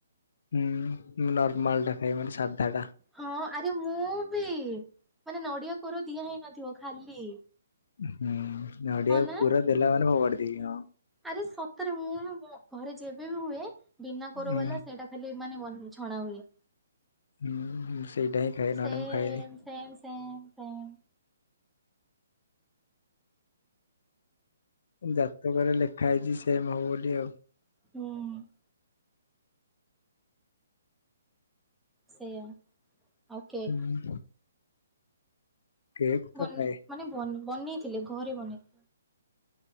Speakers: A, on the left; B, in the centre.
A: ହୁଁ ମୁଁ ନର୍ମାଲଟା ଖାଇ ମାନେ ସାଧାଟା।
B: ହଁ ଆରେ ମୁଁବି ମାନେ ନଡ଼ିଆ କୋରା ଦିଆ ହେଇନଥିବ ଖାଲି।
A: ହୁଁ ନଡ଼ିଆ
B: ହଁ ନା
A: ପୁର ଦେଲାମାନେ ଫୋବାଡ଼ିଦେବି ହଁ।
B: ଆରେ ସତରେ ମୁୁ ଘରେ ଯେବେବି ହୁଏ ବିନା କୋର
A: ହୁଁ
B: ବାଲା ସେଇଟା ଖାଲି ମାନେ ବନ୍ ଛଣାହୁଏ।
A: ହୁଁ ସେଇଟାହିଁ ଖାଏ
B: Same
A: ନହେଲେ ମୁଁ ଖାଏନି।
B: same same same.
A: ଜାତକରେ ଲେ ଖାଇଛି ସେମ ହେବବୋଲି ଆଉ।
B: ହୁଁ। Same okay.
A: ହୁଁ କେକ୍ ତ
B: ବନେ
A: ଖାଏ
B: ମାନେ ବ ବନେଇଥିଲେ ଘରେ ବନେଇ